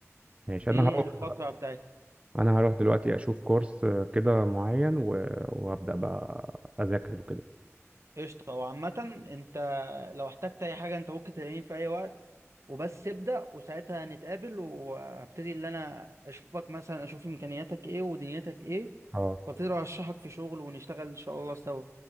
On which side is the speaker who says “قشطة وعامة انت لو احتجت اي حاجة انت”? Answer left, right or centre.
Right